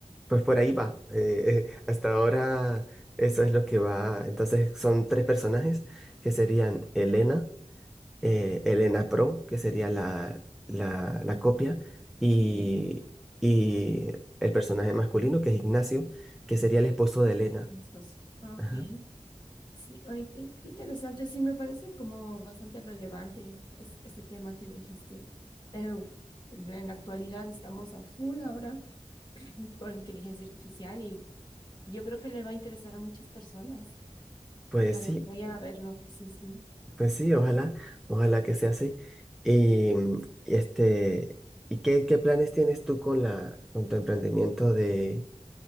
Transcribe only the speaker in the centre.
pues por ahí va. eh, <laughs> eh, hasta ahora eso es lo que va. Entonces son tres personajes que serían Elena eh, el ENAPRO, que sería la, la, la copia, y,
y el personaje masculino, que es Ignacio, que sería el esposo de Elena.
Ajá.
Pues
sí,
pues sí, ojalá, ojalá que sea así. Y mm, y este, ¿y qué, qué planes tienes tú con la, con tu emprendimiento de,